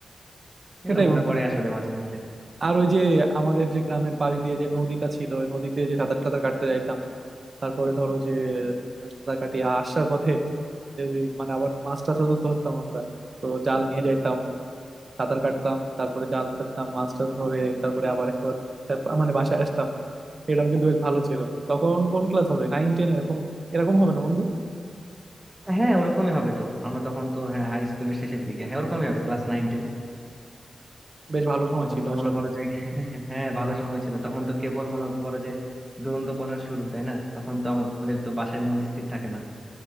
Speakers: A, on the right (about 20°); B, on the right (about 50°).
A: এগুলো
B: সেটাই
A: মনে
B: বন্ধু
A: পড়ে আসলে মাঝে মধ্যে
B: আর ওই যে আমাদের যে গ্রামের পাশ দিয়ে যে নদীটা ছিল ওই নদীতে যে সাঁতার টাতার কাটতে যাইতাম তারপরে ধরো যে সাঁতার কাটিয়ে আসার পথে যদি মানে আবার মাছ টাছও তো ধরতাম আমরা তো জাল নিয়ে যাইতাম সাঁতার কাটতাম তারপরে জাল ফেলতাম মাছ টাছ ধরে তারপরে আবার একবার সে- মানে বাসায় আসতাম এটাও কিন্তু বেশ ভালো ছিল তখন কোন ক্লাস হবে নাইন টেন এরকম এরকম হবে না বন্ধু
A: হ্যাঁ ওরকমই হবে তো আমরা তখন তো হ্যাঁ হাই স্কুলের শেষের দিকে হ্যাঁ ওরকমই হবে ক্লাস নাইন টেন
B: বেশ ভালো সময়
A: তখন
B: ছিল
A: তো
B: আসলে
A: মনে করো যে হ্যাঁ ভালো সময় ছিল তখন তো কেবল মনে করো যে দুরন্তপনার শুরু তাই না তখন তো আমাদের তো বাসায় মন স্থির থাকে না